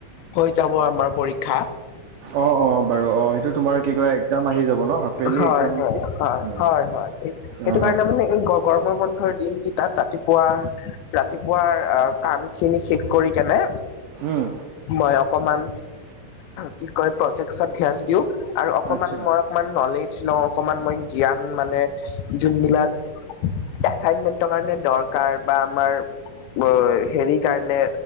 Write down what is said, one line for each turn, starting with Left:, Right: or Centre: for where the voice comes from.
Left: হৈ যাব, আমাৰ পৰীক্ষা।
Right: অ' অ' বাৰু অ'! সেইটো তোমাৰ কি কয়! এক্সাম আহি যাব ন' হাফ ইয়েৰলি
Left: হয়
Right: এক্সাম।
Left: হয় হয়,
Right: উম,
Left: হয়, হয়!
Right: অ,
Left: সেইটো কাৰণে মানে, এই গৰমৰ বন্ধৰ দিনকেইটাত ৰাতিপুৱা, ৰাতিপুৱাৰ আঁ কাম খিনি শেষ কৰি কেনে,
Right: উম,
Left: মই অকমান, কি কয়! প্ৰজেক্সত ধ্যান দিওঁ। আৰু অকমান
Right: আচ্ছা,
Left: মই, অকমান নলেজ লওঁ। অকমান মই জ্ঞান মানে, যোনবিলাক এচাইনমেন্টৰ কাৰণে, দৰকাৰ বা আমাৰ <unintelligible> সেৰি কাৰণে,